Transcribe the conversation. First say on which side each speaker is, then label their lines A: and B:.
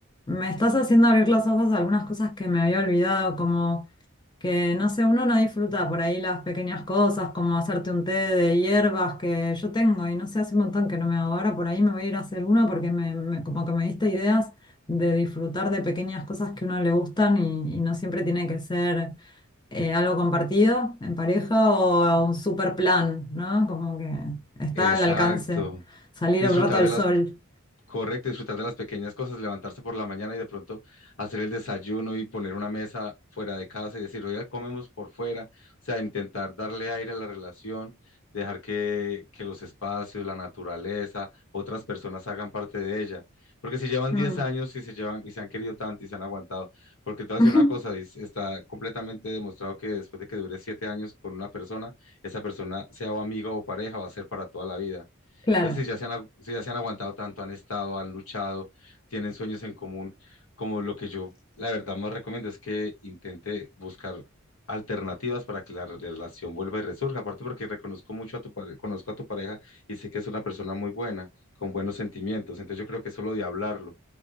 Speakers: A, on the left (about 20°); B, on the left (about 75°).
A: me estás haciendo abrir los ojos a algunas cosas que me había olvidado, como que, no sé, uno no disfruta por ahí las pequeñas cosas, como hacerte un té de hierbas que yo tengo y no sé, hace un montón que no me hago. Ahora por ahí me voy a ir a hacer uno porque me, me- como que me diste ideas de disfrutar de pequeñas cosas que a uno le gustan y, y no siempre tiene que ser eh, algo compartido en pareja o un super plan, ¿no? Como que está
B: Exacto.
A: al alcance salir
B: Disfrutar
A: un rato al
B: de las
A: sol.
B: Correcto, disfrutar de las pequeñas cosas, levantarse por la mañana y de pronto hacer el desayuno y poner una mesa fuera de casa y decir, oiga, comemos por fuera, o sea, intentar darle aire a la relación, dejar que, que los espacios, la naturaleza, otras personas hagan parte de ella. Porque si llevan
A: Mm.
B: 10 años y se llevan y se han querido tanto y se han aguantado, porque te voy a
A: <laughs>
B: decir una cosa, dis- está completamente demostrado que después de que dure 7 años con una persona, esa persona, sea o amiga o pareja, va a ser para toda la vida.
A: Claro,
B: Entonces, si ya se han, agu- si ya se han aguantado tanto, han estado, han luchado, tienen sueños en común, como lo que yo, la verdad, más recomiendo es que intente buscar alternativas para que la re- relación vuelva y resurja. Aparte porque reconozco mucho a tu pareja, conozco a tu pareja y sé que es una persona muy buena, con buenos sentimientos. Entonces, yo creo que es solo de hablarlo